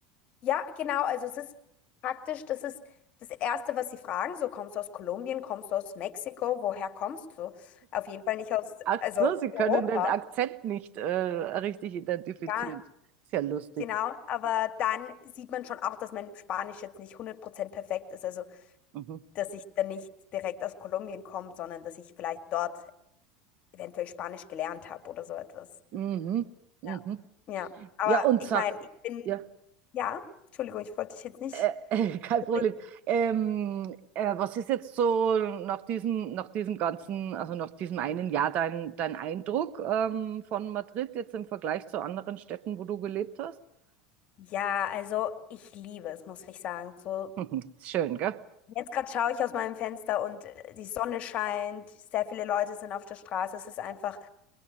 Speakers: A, on the left; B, on the right.
A: ja, genau. Also es ist praktisch, das ist das Erste, was sie fragen. So, kommst du aus Kolumbien, kommst du aus Mexiko, woher kommst du? Auf jeden Fall nicht aus,
B: Ach
A: also
B: so, sie
A: Europa.
B: können den Akzent nicht äh, richtig identifizieren.
A: Ja,
B: Sehr lustig.
A: genau. Aber dann sieht man schon auch, dass mein Spanisch jetzt nicht 100% perfekt ist. Also,
B: Mhm.
A: dass ich dann nicht direkt aus Kolumbien komme, sondern dass ich vielleicht dort eventuell Spanisch gelernt habe oder so etwas.
B: Mhm. Mhm.
A: Ja. Ja, aber
B: Ja, und
A: ich
B: sag,
A: meine, ich bin,
B: ja,
A: ja, Entschuldigung, ich wollte dich jetzt nicht
B: äh, <laughs> kein
A: unterbrechen.
B: Problem. Ähm, äh, was ist jetzt so nach diesem, nach diesem ganzen, also nach diesem einen Jahr dein, dein Eindruck ähm, von Madrid jetzt im Vergleich zu anderen Städten, wo du gelebt hast? <laughs>
A: Ja, also ich liebe es, muss ich sagen. So,
B: Mhm. Ist schön, gell?
A: jetzt gerade schaue ich aus meinem Fenster und äh, die Sonne scheint, sehr viele Leute sind auf der Straße. Es ist einfach